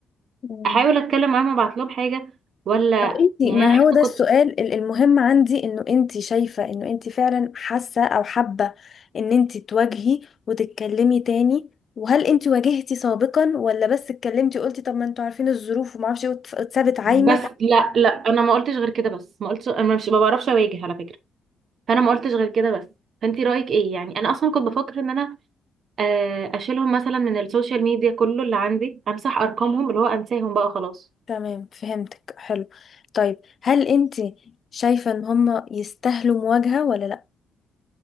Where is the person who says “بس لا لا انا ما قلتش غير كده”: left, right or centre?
Right